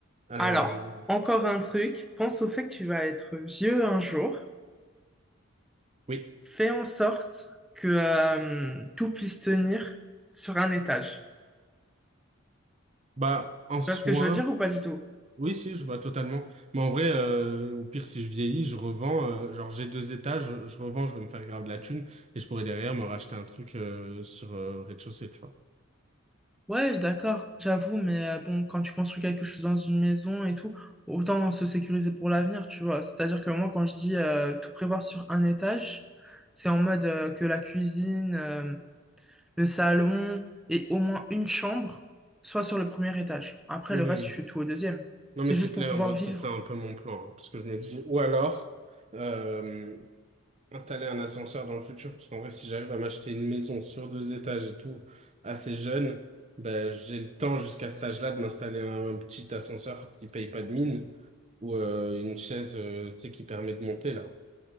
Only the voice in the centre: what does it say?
Alors, encore un truc, pense au fait que tu vas être vieux un jour.
Fais en sorte que euh, tout puisse tenir sur un étage.
Tu vois ce que je veux dire ou pas du tout?
Ouais, je suis d'accord, j'avoue, mais euh, bon, quand tu construis quelque chose dans une maison et tout, autant se sécuriser pour l'avenir, tu vois. C'est-à-dire que moi, quand je dis euh, tout prévoir sur un étage, c'est en mode euh, que la cuisine, euh, le salon et au moins une chambre soit sur le premier étage. Après,
le
reste, tu fais tout au deuxième.
C'est
juste
pour pouvoir
vivre.